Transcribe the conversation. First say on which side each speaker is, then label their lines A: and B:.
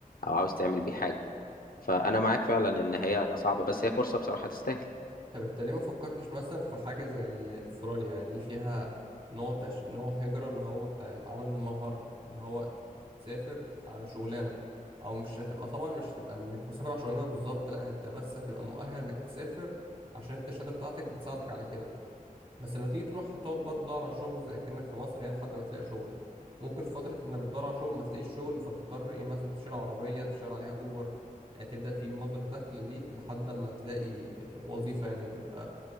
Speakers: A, on the left; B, on the right.
A: او عاوز تعمل بيه حاجه فانا معاك فعلا ان هي صعبه بس هي فرصه بصراحه تستاهل
B: طب انت ليه ما فكرتش مثلا في حاجة زي استراليا يعني دي فيها نوع تش... نوع هجرة اللي هو بتاع العمل المهارة اللي هو تسافر على شغلانة او مش هتبقى طبعا مش هتبقى انك مسافر على شغلانة بالظبط لا انت بس هتبقى مؤهل انك تسافر عشان انت الشهادة بتاعتك بتساعدك على كده بس لما تيجي تروح هتقعد برضه تدور على شغل زي كأنك في مصر يعني لحد ما تلاقي شغل ممكن في فترة انك بتدور على شغل ما تلاقيش شغل فتضطر ايه مثلا تشيل عربية تشتغل عليها اوبر آه، تبدأ تجيب مصدر دخل ليك لحد ما تلاقي وظيفة يعني تبقى